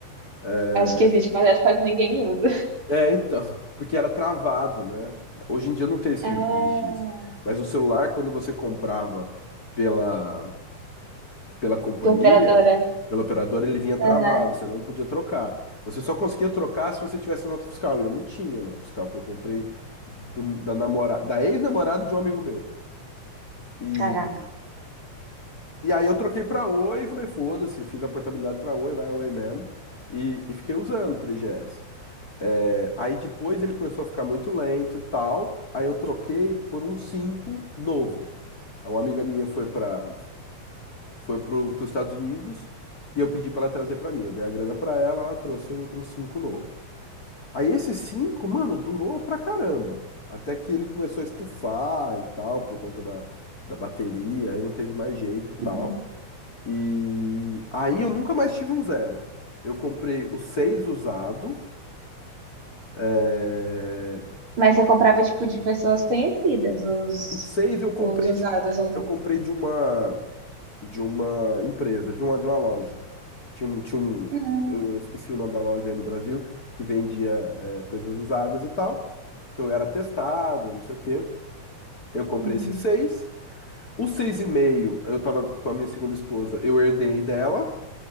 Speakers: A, on the left; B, on the right.
A: É,
B: Acho que existe, mas acho que quase ninguém usa.
A: é, então, <laughs> porque era travado, né? Hoje em dia eu não sei se
B: Ah,
A: existe isso. Mas o celular, quando você comprava pela pela companhia,
B: De operadora.
A: pela operadora, ele vinha travado,
B: Aham.
A: você não podia trocar. Você só conseguia trocar se você tivesse a nota fiscal. E eu não tinha nota fiscal, que eu comprei do- da namora, da ex-namorada de um amigo meu. E,
B: caraca.
A: e aí eu troquei pra Oi e falei, foda-se, fiz a portabilidade pra Oi, vai a Oi mesmo. E, e fiquei usando o 3GS. É, aí depois ele começou a ficar muito lento e tal. Aí eu troquei por um 5 novo. Aí Uma amiga minha foi pra foi pro, pros Estados Unidos e eu pedi pra ela trazer pra mim. Eu dei a grana pra ela, ela trouxe um, um cinco novo. Aí esse cinco, mano, durou pra caramba. Até que ele começou a estufar e tal, por conta da, da bateria, aí não teve mais jeito e tal.
B: Uhum.
A: E aí eu nunca mais tive um zero. Eu comprei o seis usado. é,
B: Mas você comprava, tipo, de pessoas conhecidas, os,
A: O seis eu comprei
B: os usados
A: de,
B: ou não.
A: eu comprei de uma. de uma empresa, de uma, de uma loja. Tinha um, tinha um,
B: Hum,
A: eu esqueci o nome da loja aí no Brasil, que vendia eh, coisas usadas e tal. Então eu era testado, não sei o quê. Eu comprei
B: uhum.
A: esses seis. Os seis e meio, eu tava com a minha segunda esposa, eu herdei dela,